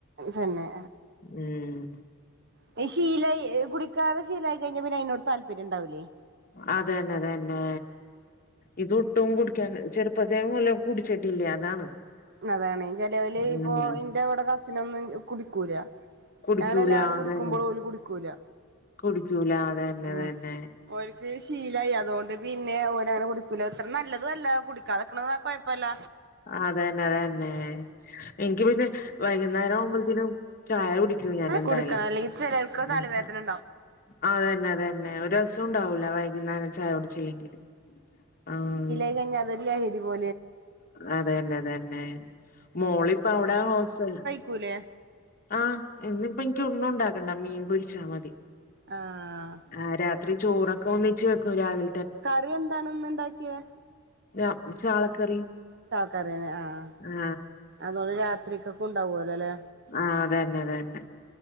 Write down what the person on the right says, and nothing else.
തന്നെ
അത് ശീലായി കുടിക്കാതെ ശീലായി കഴിഞ്ഞ പിന്നെ അയിനോട് താല്പര്യണ്ടാവൂലെ
അതാണ് ചിലോല്
ഇപ്പൊ ഇന്റെ ഇവടെ കസിനൊന്നും കുടിക്കൂല
ഞങ്ങളെല്ലാരും
കുടിക്കുമ്പളും ഓല് കുടിക്കൂല
ആഹ് ഓല് ക്ക് ശീലായി അതൊണ്ട് പിന്നെ ഓലങ്ങനെ കുടിക്കൂല അത്ര നല്ലതും അല്ല കുടിക്കാതക്ക്ണ കൊഴപ്പല്ല
കൊടുക്കണം അല്ലെങ്കിൽ ചിലർക്ക്
തലവേദന ഉണ്ടാവും
ഴിഞ്ഞ അതോര് ലഹരി പോ
ക്കുലേ
ആഹ്
കറി എന്താണ് ഇന്ന് ഇണ്ടാക്ക്യേ
ചാലക്കറിയെന്നേ ആഹ് ആഹ്
അതൊണ്ട് രാത്രിക്കക്കും ഇണ്ടാവല്ലോല്ലേ